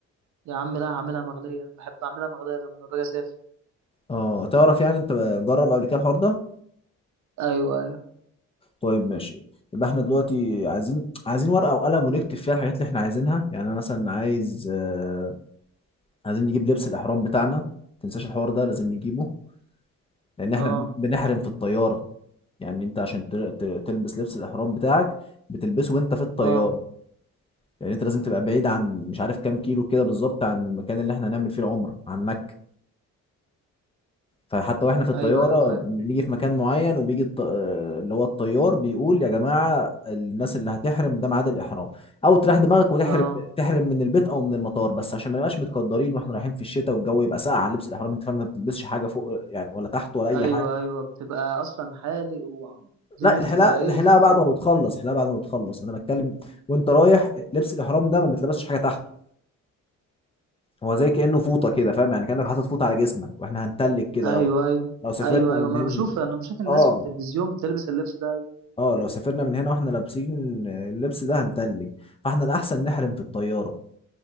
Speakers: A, on the right (about 70°); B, on the left (about 20°).
A: يا عم لا هعملها مغليه انا بحب اعملها مغليه لما باجي اسافر
B: اه تعرف يعني انت جرب قبل كده الحوار ده
A: ايوه ايوه
B: طيب ماشي يبقى احنا دلوقتي عايزين عايزين ورقة وقلم ونكتب فيها الحاجات اللي احنا عايزينها يعني انا مثلا عايز آه، عايزين نجيب لبس الاحرام بتاعنا متنساش الحوار ده لازم نجيبه لان
A: اه
B: احنا بن- بنحرم في الطياره يعني انت عشان ت- ت- تلبس لبس الاحرام بتاعك بتلبسه وانت في الطياره
A: اه
B: يعني انت لازم تبقى بعيد عن مش عارف كام كيلو كده بالظبط عن المكان اللي احنا هنعمل فيه العمره عن مكه فحتى واحنا في الطياره
A: ايوه ايوه فاهم
B: بنيجي في مكان معين وبيجي الط... آه، اللي هو الطيار بيقول يا جماعه الناس اللي هتحرم ده ميعاد الاحرام او تريح دماغك وتحرم
A: اه
B: تحرم من البيت او من المطار بس عشان ما نبقاش متقدرين واحنا رايحين في الشتاء والجو يبقى ساقع على لبس الاحرام انت فاهم ما بتلبسش حاجه فوق يعني ولا تحت ولا اي
A: ايوه
B: حاجه
A: ايوه بتبقى اصلا حالق والدنيا
B: لا الحلاقه
A: بتبقى ايه
B: الحلاقه
A: في التراب
B: بعد ما بتخلص الحلاقه بعد ما بتخلص انا بتكلم وانت رايح لبس الاحرام ده ما بتلبسش حاجه تحته هو زي كانه فوطه كده فاهم يعني كانك حاطط فوطه على جسمك واحنا هنتلج كده
A: ايوه
B: لو
A: ايوه
B: لو سافرنا
A: ايوه
B: من
A: ايوه ما
B: هنا
A: انا بشوف انا بشوف الناس
B: اه
A: في التلفزيون بتلبس اللبس ده أيوة.
B: اه لو سافرنا من هنا واحنا لابسين اللبس ده هنتلج فاحنا الاحسن نحرم في الطياره